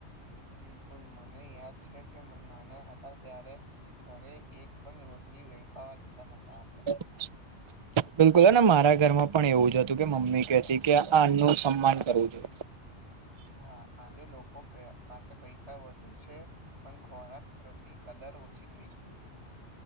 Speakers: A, on the right; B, on the right.
A: બિલકુલ મને યાદ છે કે, નાના હતા ત્યારે ઘરે એક પણ રોટલી વેડફાવા દેતા નતા આપડે.
B: <unintelligible> બિલકુલ. અને મારા ઘરમાં પણ એવું જ હતું. કે મમ્મી કેતી કે, આ અન્નનું સન્માન કરવું જોઈએ.
A: હા. આજે લોકો પાસે પૈસા વધુ છે પણ- ખોરાક પ્રતિ કદર ઓછી થઈ જઈ છે.